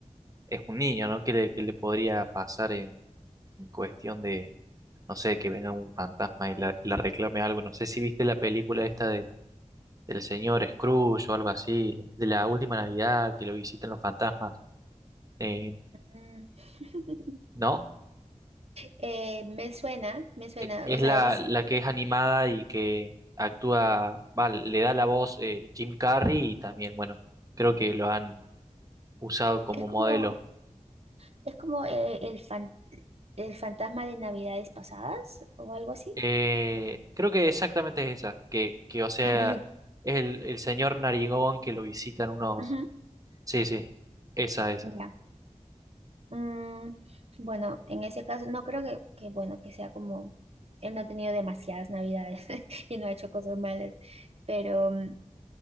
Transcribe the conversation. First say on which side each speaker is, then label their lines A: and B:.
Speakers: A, on the right; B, on the right.
A: es un niño, ¿no? ¿Qué le, qué le podría pasar en, en cuestión de, no sé, que venga un fantasma y la, la reclame algo? No sé si viste la película esta de, del señor Scrooge o algo así, de la última Navidad que lo visitan los fantasmas, eh,
B: Mm. <laughs>
A: ¿no?
B: Eh, me suena, me suena,
A: E- Es
B: o sea,
A: la,
B: es,
A: la que es animada y que actúa, va, le da la voz eh, Jim Carrey y también, bueno, creo que lo han usado como
B: es como,
A: modelo.
B: es como eh, el, fan- el fantasma de Navidades pasadas o algo así.
A: Eh, creo que exactamente es esa, que, que o sea,
B: <laughs> Ok.
A: es el, el señor Narigón que lo visitan unos...
B: Ujú,
A: Sí, sí, esa, esa.
B: Ya. Mm, bueno, en ese caso, no creo que, que, bueno, que sea como, él no ha tenido demasiadas navidades <laughs> y no ha hecho cosas malas, pero mm,